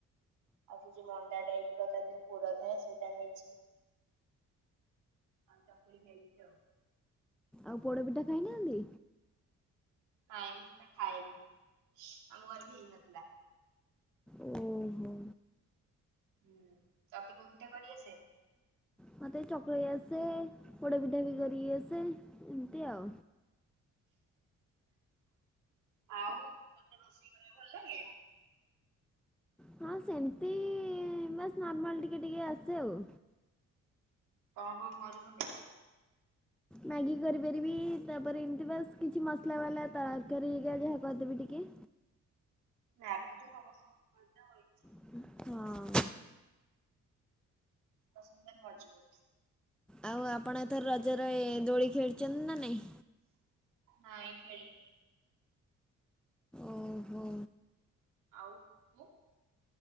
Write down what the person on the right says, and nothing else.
ଆଉ, ସେ ଯୋଉ ମଣ୍ଡା ଟାଇପ ର ତା ଦେହରେ ପୁର ଥାଏ ସେଇଟା ଖାଇଛି। ଆଉ ଚକୁଳି ଖାଇଛି ଆଉ।
ନାଇଁ ମୁଁ ସେଟା ଖାଏନି, ଆମ ଘରେ ବି ହେଇନଥିଲା।
ହୁଁ ତତେ କୋଉ ପିଠା କରିଆସେ।
ଆଉ, ତତେ ରୋଷେଇ କରିବାକୁ ଭଲ ଲାଗେ?
କଁ କଁ କରୁ ଘରେ।
ମ୍ୟାଗି ତ ସମସ୍ତଙ୍କୁ କରିତେ ହୋଇ।
ସସ୍ତା ସୁନ୍ଦର ମଝବୁତ।
ନାଇ ଖେଳିିନି।
ଆଉ। ତୁ?